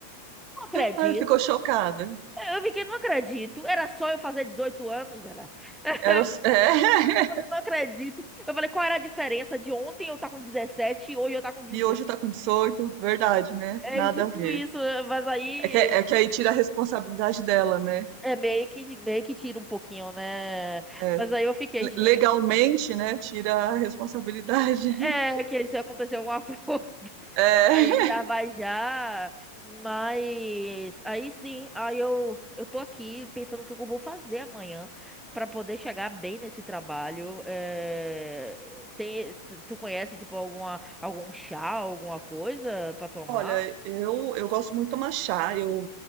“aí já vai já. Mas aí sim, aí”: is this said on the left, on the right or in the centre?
Centre